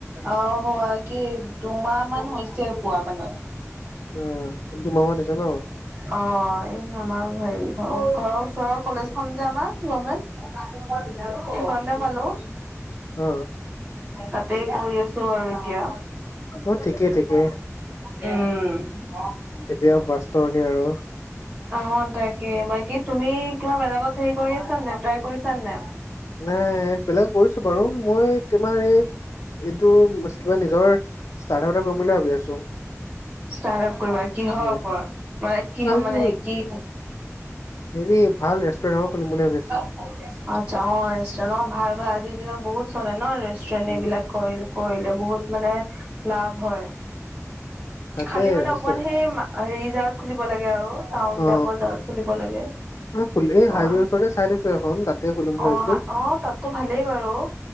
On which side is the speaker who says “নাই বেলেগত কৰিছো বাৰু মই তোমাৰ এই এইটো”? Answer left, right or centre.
Left